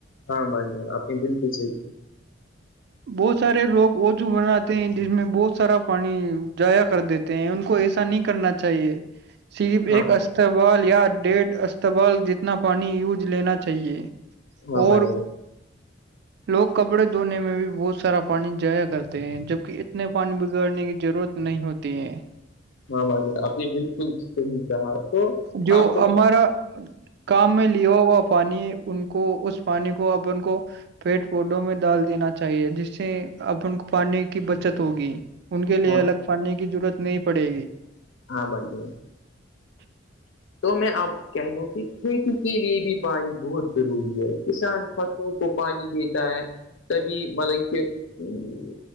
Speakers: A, on the left; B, on the right.
A: ہاں بھائی جان اپنی بالکل صحی
B: بہت سارے لوگ ووجو بناتے ہیں جس میں بہت سارا پانی جضائیا کر دیتے ہیں ان کو ایسا نہیں کرنا چاہیے صرف
A: ہاں
B: ایک استبال یا ڈیھ استبال جتنا پانی یوج لینا چاہیے
A: ہاں
B: اور
A: بھائی جان
B: لوگ کپڑے دھونے میں بھی بہت سارا پانی جایا کرتے ہیں جبک اتنے پانی بگاڑنے کی ضرورت نہیں ہوتی ہے
A: ہاں بھجا آپ نے بالکل صحیح کہا تو
B: جو
A: آپ کو
B: ہمارا کام میں لیا ہوا پانی ان کو اس پانی کو اب ان کو پیٹ پودوں میں ڈال دینا چاہیے جس سے اب ان کو پانی کی بچت ہوگی ان کے لیے
A: ہاں
B: الگ پڑنے کی ضرورت نہیں پڑے گی
A: ہاں بھائی جائی تو میں آپ کو کہہ دوں کہ کھیتی کے لیے بھی پانی بہت ضروری ہے کسان فصلوں کو پانی دیتا ہے تبھی مطلب کہ ا